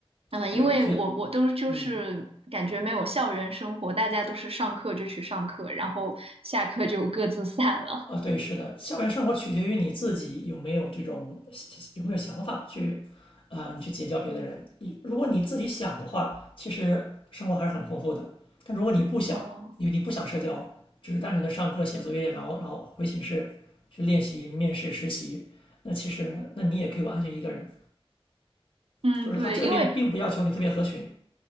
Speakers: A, on the right (about 70°); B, on the left (about 55°).
A: 嗯，
B: 对，
A: 因为我我都就是感觉没有校园生活，
B: 我觉得，嗯。
A: 大家都是上课就去上课，然后下课就各自散了。
B: 啊，对，是的，校园生活取决于你自己有没有这种有没有想法去，啊、你去结交别的人。你如果你自己想的话，其实生活还是很丰富的。但如果你不想，
A: 哦，
B: 因为你不想社交，只是单纯的上课写作业，然后然后回寝室去练习、面试、实习，那其实那你也可以完全一个人。
A: 嗯，
B: 就是他这边并不要求你特别合群，
A: 对，因为